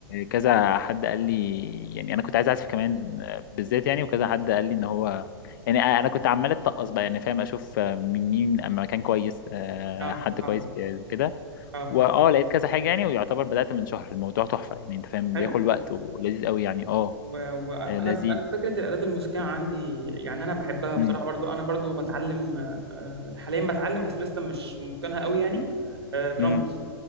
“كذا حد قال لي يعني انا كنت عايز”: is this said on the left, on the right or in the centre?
Left